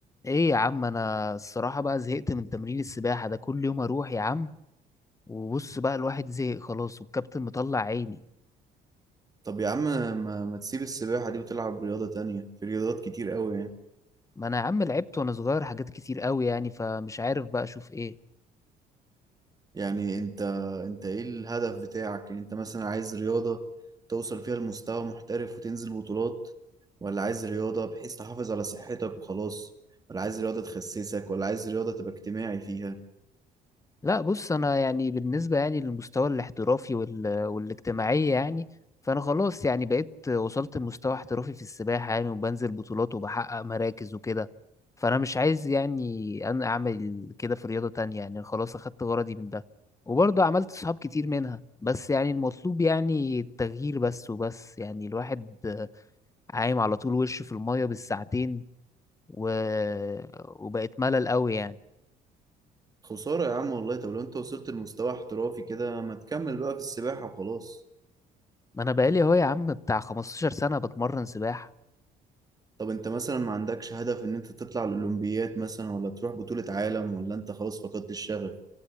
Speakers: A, on the left; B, on the right.
A: ايه يا عم انا الصراحة بقى زهقت من تمرين السباحة ده كل يوم اروح يا عم وبص بقى الواحد زهق خلاص والكابتن مطلع عيني
B: طب يا عم ما, ما تسيب السباحة دي وتلعب رياضة تانية في رياضات كتير قوي يعني
A: ما انا يا عم لعبت وانا صغير حاجات كتير قوي يعني فمش عارف بقى اشوف ايه
B: يعني انت انت ايه الهدف بتاعك يعني انت مثلا عايز رياضة توصل فيها لمستوى محترف وتنزل بطولات ولا عايز رياضة بحيث تحافظ على صحتك وخلاص ولا عايز رياضة تخسسك ولا عايز رياضة تبقى اجتماعي فيها
A: لا بص انا يعني بالنسبه يعني للمستوى الاحترافي وال... والاجتماعيه يعني فانا خلاص يعني بقيت وصلت لمستوى احترافي في السباحه يعني وبنزل بطولات وبحقق مراكز وكده فانا مش عايز يعني انا اعمل كده في رياضه تانية يعني خلاص اخدت غرضي من ده وبرضه عملت صحاب كتير منها بس يعني المطلوب يعني التغيير بس وبس يعني الواحد عايم على طول وشه في الميه بالساعتين و... وبقت ملل قوي يعني
B: خسارة يا عم والله طب لو انت وصلت لمستوى احترافي كده ما تكمل بقى في السباحة وخلاص
A: ما انا بقالي اهو يا عم بتاع 15 سنة بتمرن سباحة
B: طب انت مثلا ما عندكش هدف ان انت تطلع الأولمبيات مثلا ولا تروح بطولة عالم ولا انت خلاص فقدت الشغف